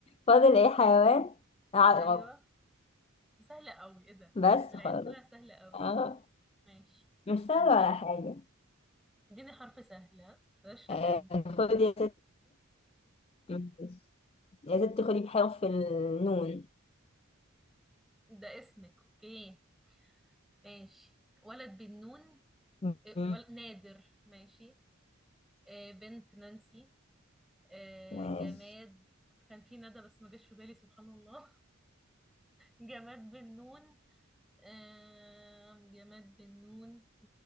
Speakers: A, on the left; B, in the centre.
A: فاضل ايه حيوان عقرب
B: ايوه دي سهله قوي ايه ده
A: بس
B: ده العين
A: خلاص
B: طلع سهله قوي
A: اه
B: ماشي
A: مش سهل
B: الدين
A: ولا حاجة
B: اديني حرف سهل ها بلاش رخامه
A: آه، خدي يا ستي ماشي. يا ستي خدي بحرف النون
B: ده اسمك اوكي ماشي ولد بالنون
A: مم.
B: إيه، ول- نادر ماشي آه، بنت نانسي آه،
A: ماشي
B: جماد كان في ندى بس ما جاش في بالي سبحان الله جماد بالنون آم، جماد بالنون